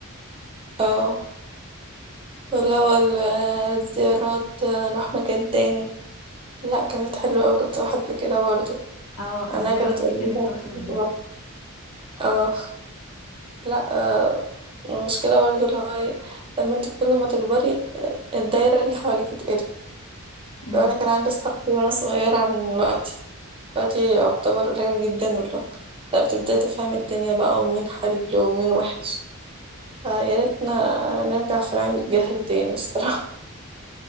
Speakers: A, on the right; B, on the left.
A: اه اللي هو ال- الزيارات آه، نروح مكان تاني لا كانت حلوة أوي كنت بحب كده برضو
B: اه الزيارات
A: أنا كانت
B: دي
A: قليلة
B: كانت تحفة
A: بصراحة.
B: بجد
A: اه لا آه، المشكلة برضو اللي هو إيه، لما انت كل ما تكبري آه، الدايرة اللي حواليك تقل
B: مم.
A: لو أنا كان عندي أصحاب كتير وأنا صغيرة عن دلوقتي دلوقتي يعتبر قليل جدا والله لا بتبدأي تفهمي الدنيا بقى ومين حلو ومين وحش فيا ريتنا نرجع في نعيم الجهل تاني الصراحة